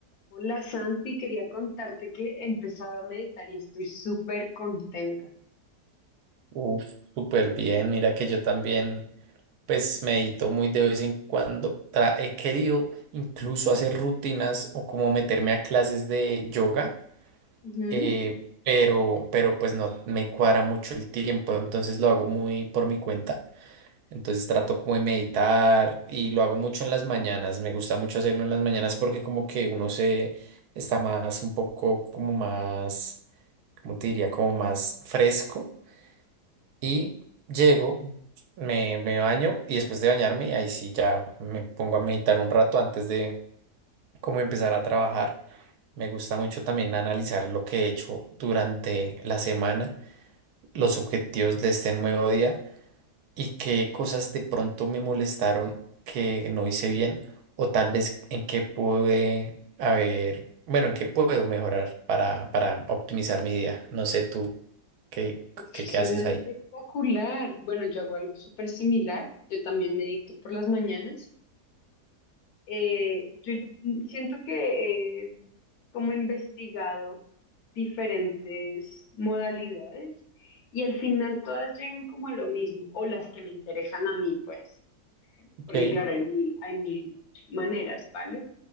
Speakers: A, on the left; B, on the right.
A: Hola Santi, quería contarte que he empezado a meditar y estoy súper contenta.
B: Uf, súper bien. Mira que yo también, pues medito muy de vez en cuando. Tra- he querido incluso hacer rutinas o como meterme a clases de yoga,
A: Ujú.
B: eh, pero, pero pues no me cuadra mucho el tiempo, entonces lo hago muy por mi cuenta. Entonces trato como de meditar y lo hago mucho en las mañanas. Me gusta mucho hacerlo en las mañanas porque como que uno se está más un poco como más, ¿cómo te diría? Como más fresco y llego, me, me baño y después de bañarme, ahí sí ya me pongo a meditar un rato antes de como empezar a trabajar. Me gusta mucho también analizar lo que he hecho durante la semana, los objetivos de este nuevo día y qué cosas de pronto me molestaron que no hice bien o tal vez en qué pude haber, bueno, en qué puedo mejorar para, para optimizar mi día. No sé tú qué,
A: Esto
B: qué,
A: suena
B: qué haces ahí.
A: espectacular. Bueno, yo hago algo súper similar. Yo también medito por las mañanas. Eh, yo siento que he como investigado diferentes modalidades y al final todas llegan como a lo mismo, o las que me interesan a mí, pues,
B: Ok.
A: porque claro, hay mil, hay mil maneras, ¿vale?